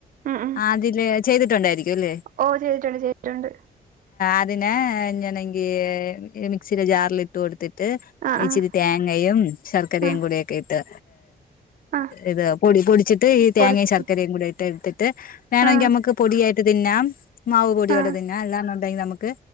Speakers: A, on the right; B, on the left.
A: ഉം ഉം
B: അതില് ചെയ്തിട്ടുണ്ടായിരിക്കും അല്ലേ
A: ഓ ചെയ്തിട്ടുണ്ട് ചെയ്തിട്ടുണ്ട്
B: അതിനെ ഇങ്ങനെങ്കി മിക്‌സീടെ ജാറിലിട്ട് കൊടുത്തി ത്തിട്ട്
A: ആഹ്
B: ഇച്ചിരി
A: ആഹ്
B: തേങ്ങയും ശർക്കരയും
A: ആഹ്
B: കൂടെയൊക്കെ ഇട്ട്
A: ആഹ്
B: ഇത് പൊടി പൊടിച്ചിട്ട് ഈ തേങ്ങയും
A: പൊടിച്ചിട്ട്
B: ശർക്കരയും കൂടെ ഇട്ടു കൊടുത്തിട്ട് വേണമെങ്കിൽ
A: ആഹ്
B: നമുക്ക് പൊടിയായിട്ട് തിന്നാം മാവു പൊടിയോടെ
A: ആഹ്
B: തന്നെ പിന്നെ അല്ലാന്നൊണ്ടെങ്കിൽ നമുക്ക്